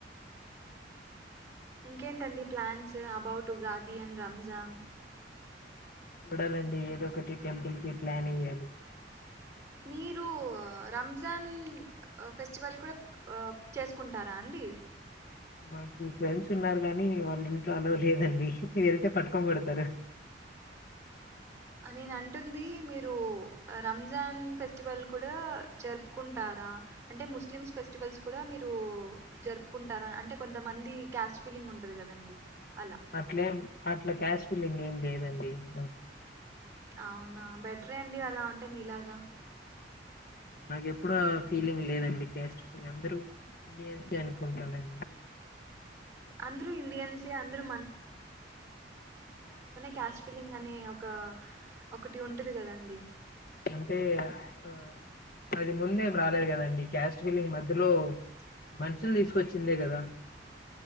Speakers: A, on the right; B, on the left.
A: ఉఇంకేంటండి ప్లాన్స్ అబౌట్ ఉగాదిఅండ్ రంజాన్
B: చూడాలండి ఏదో ఒకటి టెంపుల్ కి ప్లాన్ ఎయ్యాలి
A: మీరు రంజాన్ ఫెస్టివల్ కూడా చేసుకుంటారా అండి
B: మాకు ఫ్రెండ్స్ ఉన్నారు కానీ వాళ్ళ ఇంట్లో అలొలేదండి వెళ్తే పట్టుకొని కొడతారు
A: నేను అంటుంది మీరు రంజాన్ ఫెస్టివల్ కూడా జరుపుకుంటారా అంటే ముస్లిమ్స్ ఫెస్టివల్స్ కూడా మీరు జరుపుకుంటారా అంటే కొంతమంది క్యాస్ట్ ఫీలింగ్ ఉంటది కదండి అలా
B: అట్లలే అట్లా క్యాస్ ఫిల్లింగ్ ఏం లేదండి ఉ
A: అవునా బెటరే అండి అలా ఉంటెమీలాగా
B: నాకు ఎప్పుడు అఫీలింగ్ లేదండి క్యాస్ట్. పీ లింగ్ అందరూ ఇండియన్స్అనుకుంటానండి
A: అందరూ ఇండియన్సే అందరూ క్యాష్ ఫిలింగ్ అనే ఒక ఒకటి ఉంటది కదండి
B: అంటే ఆ అది ముందే రాలేదు కదండి క్యాస్ట్విలింగ్ మధ్యలో మనుషులు తీసుకొచ్చిందే కదా